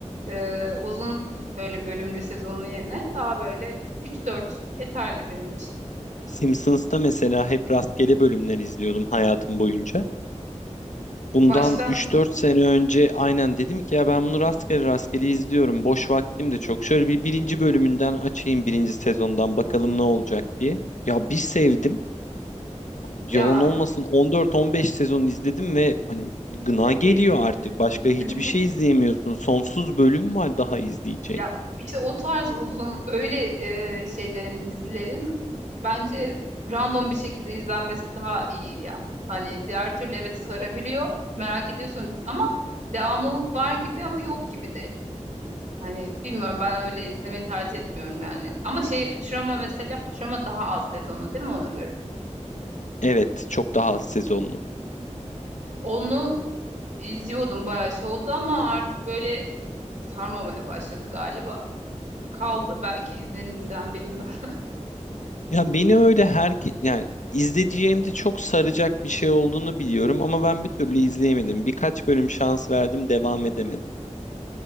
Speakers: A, on the right (about 75°); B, on the left (about 85°).
A: e, uzun böyle bölümlü sezonun yerine daha böyle üç dört yeterli benim için.
B: Simpsons'ta mesela hep rastgele bölümler izliyordum hayatım boyunca. Bundan
A: Baştan
B: üç dört sene önce aynen dedim ki ya ben bunu rastgele rastgele izliyorum. Boş vaktim de çok. Şöyle bir birinci bölümünden açayım birinci sezondan bakalım ne olacak diye. Ya bir sevdim. Yalan
A: Ya
B: olmasın 14-15 sezon izledim ve hani gına
A: epeydir
B: geliyor
A: izledim.
B: artık. Başka hiçbir
A: <laughs>
B: şey izleyemiyorsun. Sonsuz bölüm var daha izleyeceğin.
A: Ya işte o tarz uzun öyle e, şeylerin dizilerin bence random bir şekilde izlenmesi daha iyi ya. Hani diğer türlü evet sarabiliyor. Merak ediyorsun ama devamlılık var gibi ama yok gibi de. Hani bilmiyorum ben öyle izlemeyi tercih etmiyorum yani. Ama şey Futurama mesela Futurama daha az sezonu değil mi ona göre?
B: Evet çok daha az sezonlu.
A: Onu izliyordum bayağı şey oldu ama artık böyle sarmamaya başladı galiba. kaldı belki izlerimizden bilmiyorum. <laughs>
B: Ya beni öyle her yani izleyeceğim de çok saracak bir şey olduğunu biliyorum ama ben bir türlü izleyemedim. Birkaç bölüm şans verdim devam edemedim.